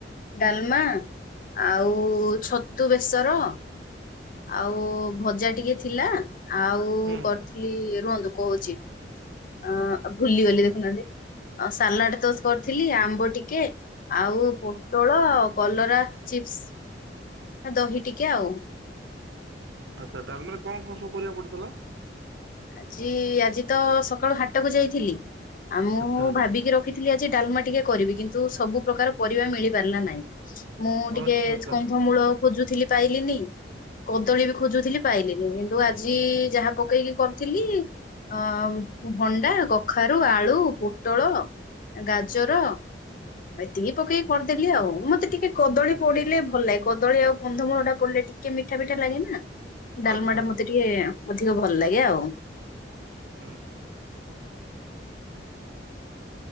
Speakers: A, on the left; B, on the right.
A: ଡାଲମା ଆଉ ଛତୁ ବେସର ଆଉ ଭଜା ଟିକେ ଥିଲା। ଆଉ
B: ହୁଁ
A: କରିଥିଲି ରୁହନ୍ତୁ କହୁଛି ଅ ଭୁଲିଗଲି ଦେଖୁନାହାନ୍ତି ଆଉ ସାଲାଡ୍ ତୋଷ କରିଥିଲି ଆମ୍ବ ଟି କେ ଆଉ ପୋଟଳ କଲରା ଚିପ୍ସ। ଆ ଦହି ଟିକେ ଆଉ।
B: ଆଚ୍ଛା ଡାଲମାରେ କଣ କଣ ସବୁ ପରିବା ପଡ଼ିଥିଲା?
A: ଆଜି ଆଜି ତ ସକାଳୁ ହାଟକୁ ଯାଇଥିଲି ଆଉ ମୁଁ
B: ଆଚ୍ଛା ଆଚ୍ଛା
A: ଭାବିକି ରଖି ଥିଲି ଆଜି ଡାଲମା ଟିକେ କରିବି କିନ୍ତୁ ସବୁ ପ୍ରକାର ପରିବା ମିଳି ପାରିଲା ନାହିଁ। ମୁଁ
B: ଆଚ୍ଛା
A: ଟିକେଜ୍
B: ଆଚ୍ଛା
A: କନ୍ଧମୂଳ ଖୋଜୁଥିଲି। ପାଇଲିନି କଦଳୀ ବି ଖୋଜୁଥିଲି ପାଇଲିନି କିନ୍ତୁ ଆଜି ଯାହା ପକେଇକି କର ଥିଲି ଅ ଭଣ୍ଡା କଖାରୁ ଆଳୁ ପୋଟଳ ଗାଜର। ଏତିକି ପକେଇକି କରିଦେଲି ଆଉ ମତେ ଟିକେ କଦଳୀ ପଡ଼ିଲେ ଭଲ ଲାଗେ କଦଳୀ ଆଉ କନ୍ଧମୂଳ ଟା ପଡ଼ିଲେ ଟି କେ ମିଠା ବିଠା ଲାଗେ ନା ଡାଲମା
B: ଆଚ୍ଛା
A: ଟା
B: ଆଚ୍ଛା
A: ମତେ ଟିକେ ଅଧିକ ଭଲ ଲାଗେ ଆଉ।
B: ହୁଁ ହୁଁ।